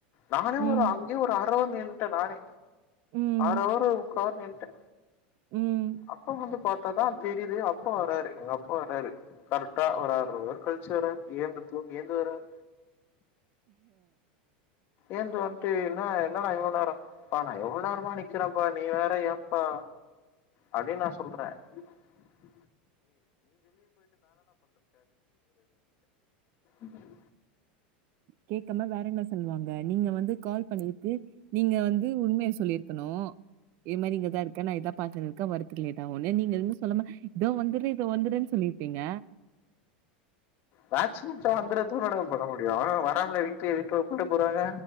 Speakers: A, on the left; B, on the right.
A: நானே
B: ம்,
A: ஒரு அங் கிய ஒரு அர அவர் நின்னுட்டே நானே
B: ம்,
A: அர அவர் முக்கா அவர் நின்ட்டே
B: ம்.
A: அப்ப வந்து பாத்தாதா தெரியுது அப்பா வராரு எங்க அப்பா வராரு கரெக்டா வராரு ஒர் அர் ஆர் கழிச் சு வராரு ஏந்து தூங்கி எய்ந்து வராரு ஏந்து வந்ட்டு என்னா என்னடா இவ்ளோ நேரொ ப்பா நா எவ்ளோ நேரமா நிக்கிறேப்ப நீ வேற ஏம்ப்பா அப்டின் நா சொல்ற !!!!!!!!!! ம்
B: கேக்காம வேற என்ன சொல்லுவாங்க நீங்க வந்து கால் பண்ணதுக்கு நீங்க வந்து உண்மைய சொல்லிருக்கணு இதே மாரி இங்கதா இருக்க நா இதா பாத்துன்னுக்கே வரதுக்கு லேட் ஆகு ஆனா நீங்க எதுவுமே சொல்லாம இதோ வந்துடுறே இதோ வந்துடுறேன் சொல்லிருப்பீங்க
A: மேட்ச் முடிச்சோன வந்துறதா மேடம் பண்ண முடியு வராமல வீட்ல வீட்டோட போய்ட போறாங்க